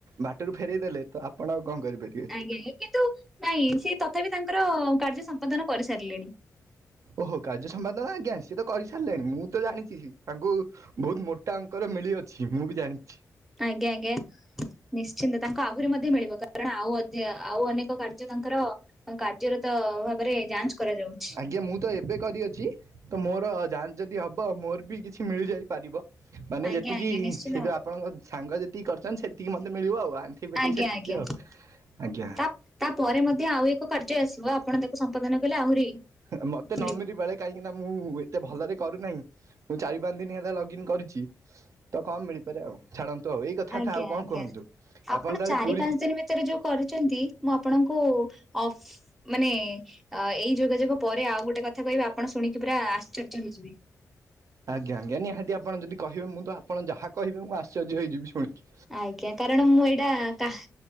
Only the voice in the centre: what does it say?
ଆଜ୍ଞା ଏ କିନ୍ତୁ ନାଇଁ ସେ ତଥାପି ତାଙ୍କର କାର୍ଯ୍ୟ ସମ୍ପାଦନ କରିସାରିଲେଣି।
ଆଜ୍ଞା ଆଜ୍ଞା ନିଶ୍ଚିନ୍ତ ତାଙ୍କୁ ଆହୁରି ମଧ୍ୟ ମିଳିବ କାରଣ ଆଉ ଅ ଆଉ ଅନେକ କାର୍ ଯ୍ୟ ତାଙ୍କର କାର୍ଯ୍ୟରତ ଭାବରେ ଯାଞ୍ଚ କରାଯାଉଛି।
ଆଜ୍ଞା
ଆଜ୍ଞା ନିଶ୍ଚିନ୍ତ
ଭାବରେ
ଆଜ୍ଞା
ଆଜ୍ଞା
ତା ତାପରେ ମଧ୍ୟ ଆଉ ଏକ କାର୍ଯ୍ୟ ଆସିବ ଆପଣ ତାକୁ ସମ୍ପାଦନ କଲେ ଆହୁରି
ମିଳିବ।
ଆଜ୍ଞା
ଆଜ୍ଞା
ଚାରି
ପାଞ୍ଚ ଭିତରେ ଯଉ କରୁଛନ୍ତି ମୁଁ ଆପଣଙ୍କୁ ଅଫ ମାନେ ଅ ଏଇ ଯୋଗାଯୋଗ ପରେ ଆଉ ଗୋଟେ କଥା କହିବି ଆପଣ ଶୁଣିକି ପୁରା ଆଶ୍ଚର୍ଯ୍ୟ ହେଇଯିବେ।
ଆଜ୍ଞା କାରଣ ମୁଁ ଏଇଟା କା